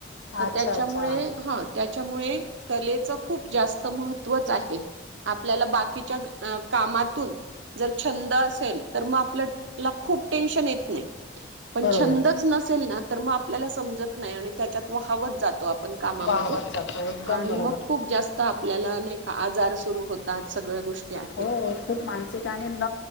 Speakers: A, on the right; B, on the left.
A: तर
B: अच्छा
A: त्याच्यामुळे
B: अच्छा
A: हं.. त्याच्यामुळे कलेचं खूप जास्त महत्वच आहे आपल्याला बाकीच्या कामातून जर छंद असेल... तर मग आपल्याला खूप टेन्शन येत नाई पण
B: बरोबर
A: छंदच नसेल ना... तर मग आपल्याला समजत नाई आणि त्याच्यात वहावत जातो आप कामामध्ये
B: वाहवत जातो एकदम
A: आणि
B: बरोबर
A: मग खूप जास्त तर आपल्याला नाई का, आजार सुरू होतात, सगळ्या गोष्टी आहेत
B: हो खूप मानसिक आणि न...